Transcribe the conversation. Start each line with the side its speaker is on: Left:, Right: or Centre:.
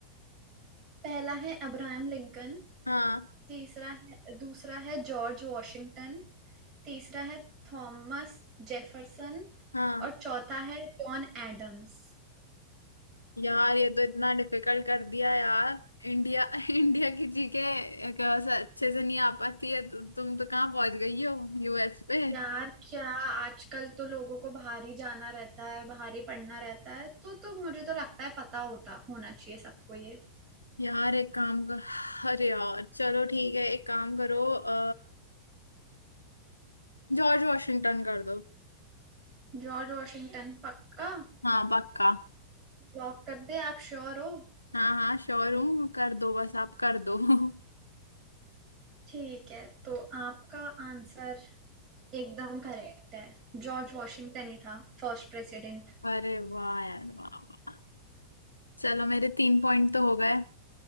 Right: पहला है अब्राहम लिंकन
Left: हाँ
Right: तीसरा है दूसरा है जॉर्ज वॉशिंगटन तीसरा है थॉमस जेफरसन
Left: हाँ
Right: और चौथा है जॉन एडम्स
Left: यार ये तो इतना डिफिकल्ट कर दिया यार इंडिया <laughs> इंडिया की जीके अच्छे से नहीं आ पाती है तो तुम तो कहाँ पहुंच गई हो यूएस पे
Right: यार क्या आजकल तो लोगों को बाहर ही जाना रहता है बाहर ही पढ़ना रहता है तो तो मुझे तो लगता है पता होता होना चाहिए सबको ये
Left: यार एक काम कर <sighs> अरे यार चलो ठीक है एक काम करो अ जॉर्ज वॉशिंगटन कर दो
Right: जॉर्ज वॉशिंगटन पक्का
Left: हाँ पक्का
Right: लॉक कर दे आप श्योर हो
Left: हाँ हाँ श्योर हूँ कर दो बस आप कर दो <laughs>
Right: ठीक है तो आपका आंसर एकदम करेक्ट है जॉर्ज वॉशिंगटन ही था फर्स्ट प्रेसिडेंट
Left: अरे वाह यार वाह वाह चलो मेरे तीन पॉइंट तो हो गए